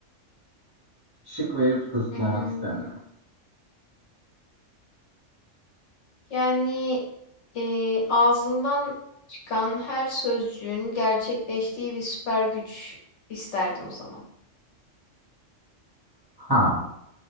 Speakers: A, on the right (about 20°); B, on the left (about 70°).
A: Şık verip kısıtlamak
B: Hmm,
A: istemedim.
B: yani e, ağzımdan çıkan her sözcüğün gerçekleştiği bir süper güç isterdim o zaman.
A: Ha,